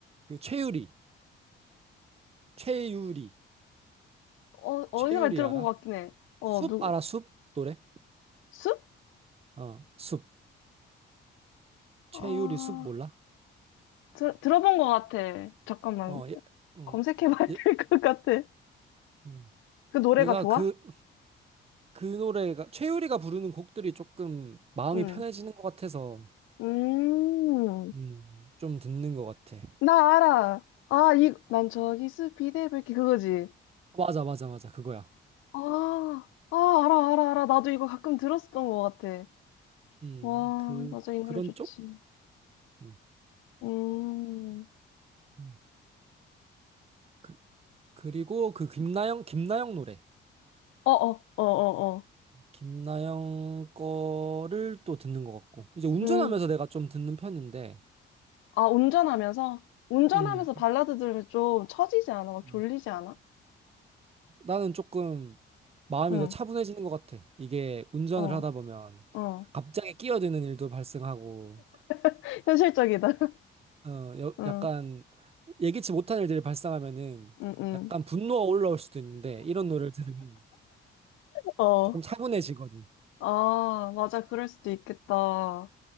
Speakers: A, on the right; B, on the left.
A: 그 최유리, 최유리.
B: 어, 어디서
A: 최유리
B: 많이 들어본
A: 알아?
B: 것 같긴 해. 어,
A: 숲
B: 누,
A: 알아? 숲 노래?
B: 숲?
A: 어, 숲. 최유리
B: 아,
A: 숲 몰라?
B: 들, 들어본 것 같아. 잠깐만.
A: 어, 얘, 음,
B: 검색해봐야
A: 얘,
B: <laughs> 될 것 같아.
A: 음.
B: 그 노래가
A: 얘가
B: 좋아?
A: 그, 그 노래가, 최유리가 부르는 곡들이 조금 마음이
B: 응.
A: 편해지는 것 같아서,
B: 음,
A: 음, 좀 듣는 것 같아.
B: 나 알아. 아, 이, 난 저기 스피드의불길 그거지.
A: 맞아, 맞아, 맞아. 그거야.
B: 아, 아, 알아, 알아, 알아. 나도 이거 가끔 들었었던 것 같아.
A: 음,
B: 와,
A: 그,
B: 맞아. 이 노래
A: 그런
B: 좋지.
A: 쪽? 음,
B: 음,
A: 음. 그, 그리고 그 김나영, 김나영 노래.
B: 어, 어, 어, 어, 어.
A: 김나영 거를 또 듣는 것 같고. 이제 운전하면서
B: 음,
A: 내가 좀 듣는 편인데,
B: 아, 운전하면서? 운전하면서
A: 음.
B: 발라드 들으면 좀 처지지 않아? 막
A: 음.
B: 졸리지 않아?
A: 나는 조금 마음이
B: 응,
A: 더 차분해지는 것 같아. 이게 운전을
B: 어,
A: 하다 보면
B: 어.
A: 갑자기 끼어드는 일도 발생하고,
B: <laughs> 현실적이다. <laughs>
A: 네. 어, 여-
B: 응.
A: 약간 예기치 못한 일들이 발생하면은
B: 응, 응.
A: 약간 분노가 올라올 수도 있는데 이런 노래를 들으면
B: 어,
A: 조금
B: 응.
A: 차분해지거든.
B: 아, 맞아. 그럴 수도 있겠다.